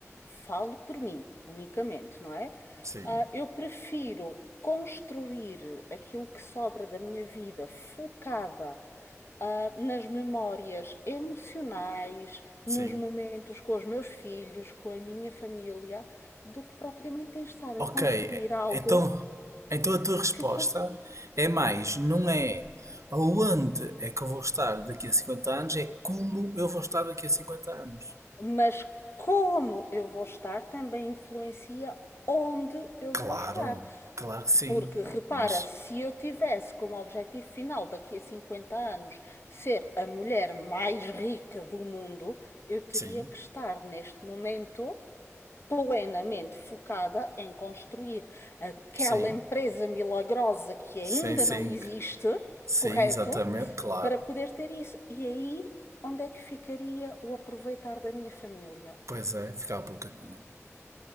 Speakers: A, on the left (about 50°); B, on the right (about 70°).
A: falo por mim unicamente, não é?
B: Sim,
A: Ah, eu prefiro construir aquilo que sobra da minha vida focada ah, nas memórias emocionais, nos
B: sim.
A: momentos com os meus filhos, com a minha família, do que propriamente em estar a
B: Ok,
A: construir
B: é-
A: algo
B: então, então a tua resposta
A: que quando
B: é mais, não é aonde é que eu vou estar daqui a 50 anos, é como eu vou estar daqui a 50 anos.
A: mas como eu vou estar também influencia onde eu vou
B: Claro,
A: estar.
B: claro que sim,
A: Porque repara,
B: mas
A: se eu tivesse como objetivo final daqui a 50 anos ser a mulher mais rica do mundo, eu teria
B: sim,
A: que estar neste momento plenamente focada em construir aquela
B: sim,
A: empresa milagrosa que ainda
B: sim, sim,
A: não existe,
B: sim,
A: correto?
B: exatamente, claro.
A: Para poder ter isso. E aí, onde é que ficaria o aproveitar da minha família?
B: Pois é, ficava pelo caminho,